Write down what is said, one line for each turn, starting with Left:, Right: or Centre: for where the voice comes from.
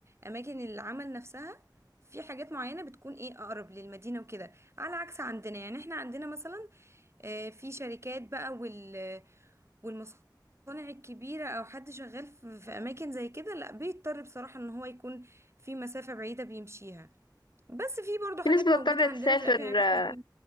Right: اماكن العمل نفسها في حاجات معينه بتكون ايه اقرب للمدينه وكده على عكس عندنا يعني احنا عندنا مثلا آه، في شركات بقى وال والمصانع الكبيره او حد شغال في في اماكن زي كده لا بيضطر بصراحه ان هو يكون في مسافه بعيده بيمشيها بس في برضو حاجات
Left: في ناس بتضطر
Right: موجوده عندنا
Left: تسافر
Right: في الافياء يعني مثلا
Left: آه،